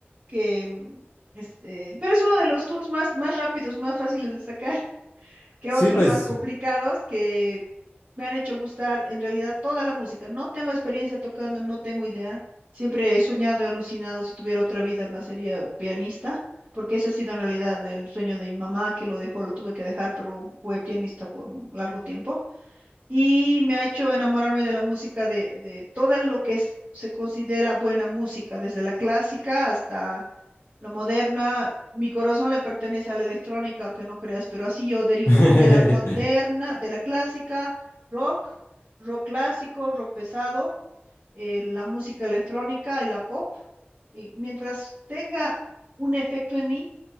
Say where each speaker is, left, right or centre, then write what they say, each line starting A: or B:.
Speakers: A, on the right; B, on the left.
A: que mm, este, pero es uno de los tunes más, más rápidos, más fáciles de sacar que
B: Sí,
A: otros
B: pues.
A: más complicados que me han hecho gustar en realidad toda la música. No tengo experiencia tocando, no tengo idea. Siempre he soñado y alucinado, si tuviera otra vida, nacería pianista, porque ese ha sido en realidad el sueño de mi mamá, que lo dejó, lo tuve que dejar, pero fue pianista por un largo tiempo. Y me ha hecho enamorarme de la música, de, de todo lo que es- se considera buena música, desde la clásica hasta lo moderna, mi corazón le pertenece a la electrónica, aunque no creas, pero así yo derivo,
B: <laughs>
A: ¿no? De la Ujú. moderna, de la clásica, rock, rock clásico, rock pesado, eh, la música electrónica y la pop. Y mientras tenga un efecto en mí,